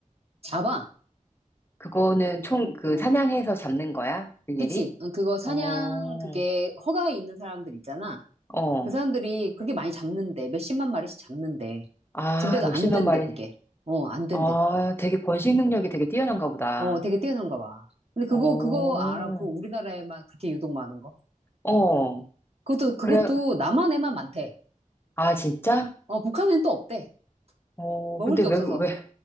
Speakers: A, on the right; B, on the left.
A: 잡아.
B: 그거는 총 그
A: 어.
B: 사냥해서 잡는 거야? 일일이?
A: 그치. 어, 그거 사냥
B: 어,
A: 그게 허가에 있는 사람들 있잖아.
B: 어.
A: 그 사람들이 그렇게 많이 잡는데 몇십만 마리씩 잡는데.
B: 아,
A: 근데도
B: 몇십만
A: 안 된대
B: 마리.
A: 그게. 어, 안 된대
B: 아,
A: 그거.
B: 되게 번식 능력이 되게 뛰어난가 보다.
A: 어, 되게 뛰어난가 봐. 근데 그거
B: 어.
A: 그거 알아? 그 우리나라에만 그렇게 유독 많은 거.
B: 어,
A: 그것도 그것도
B: 그래,
A: 남한에만 많대.
B: 아, 진짜?
A: 어, 북한엔 또 없대.
B: 어,
A: 먹을
B: 근데
A: 게
B: 왜,
A: 없어서.
B: 왜,